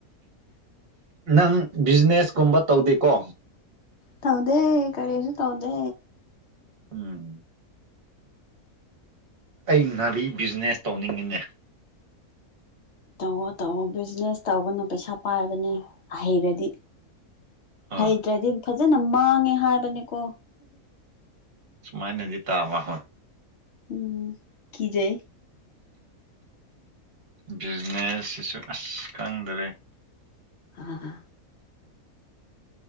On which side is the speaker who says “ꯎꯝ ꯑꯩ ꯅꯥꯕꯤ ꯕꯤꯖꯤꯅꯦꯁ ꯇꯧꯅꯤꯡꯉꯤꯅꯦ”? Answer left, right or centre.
Right